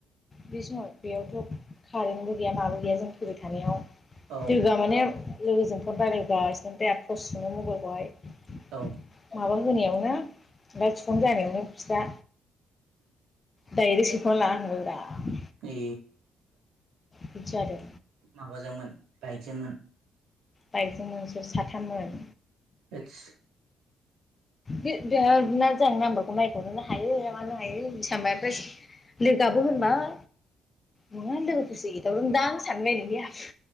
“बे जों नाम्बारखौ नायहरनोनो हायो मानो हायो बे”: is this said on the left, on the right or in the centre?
Left